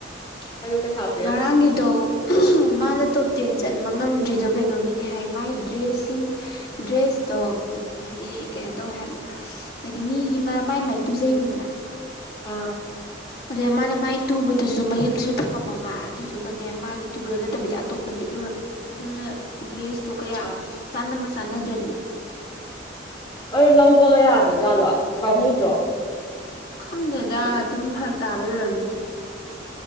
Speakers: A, on the left (about 25°); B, on the left (about 55°).
A: ꯀ <unintelligible> ꯄꯩꯁꯥ ꯄꯤꯔꯛꯇ꯭ꯔꯤ
B: ꯉꯔꯥꯡꯒꯤꯗꯣ ꯃꯥꯅ ꯇꯣꯞ ꯇꯦꯟ ꯆꯟꯕ ꯉꯝꯗ꯭ꯔꯤꯗꯣ ꯀꯩꯅꯣꯒꯤꯅꯤ ꯍꯥꯏ ꯃꯥꯏ ꯗ꯭ꯔꯦꯁꯁꯤꯡ ꯗ꯭ꯔꯦꯁꯇꯣ ꯎꯝ ꯍꯥꯏꯗꯤ ꯀꯩꯅꯣ ꯇꯧꯋꯦ ꯍꯥꯏꯕ ꯍꯥꯏꯗꯤ ꯃꯤꯒꯤ ꯃꯥꯏ ꯃꯥꯏ ꯇꯨꯖꯩꯅꯤꯗꯅ
A: ꯑꯥ
B: ꯑꯗꯨꯅ ꯃꯥꯅ ꯃꯥꯏ ꯇꯨꯕꯗꯨꯁꯨ ꯃꯌꯨꯝꯗꯨꯁꯨ ꯊꯝꯃꯝꯃꯕ ꯑꯗꯨꯗꯨꯒꯅꯦ ꯃꯥꯒꯤ ꯇꯨꯕꯗ ꯅꯠꯇꯕꯤꯗ ꯑꯇꯣꯞꯄ ꯂꯤꯠꯂꯨꯔꯕ ꯑꯗꯨꯅ ꯗ꯭ꯔꯦꯁ ꯇꯣ ꯀꯌꯥ
A: ꯑꯁ
B: ꯆꯥꯟꯃ ꯆꯥꯟꯅꯗ꯭ꯔꯦꯗꯅ
A: ꯑ ꯂꯧꯕꯒ ꯌꯥꯗ꯭ꯔꯖꯥꯠꯂꯣ ꯄꯥꯃꯨꯗ꯭ꯔꯣ
B: ꯈꯪꯗꯦꯗ ꯑꯗꯨꯝ ꯐꯔꯛ ꯇꯥꯕꯩ ꯑꯣꯏꯔꯝꯅꯤ